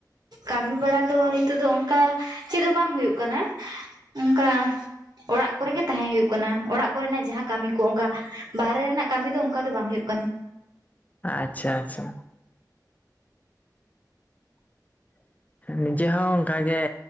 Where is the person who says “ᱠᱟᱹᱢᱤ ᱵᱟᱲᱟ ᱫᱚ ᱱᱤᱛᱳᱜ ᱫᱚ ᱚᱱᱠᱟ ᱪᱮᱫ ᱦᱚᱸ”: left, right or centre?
Right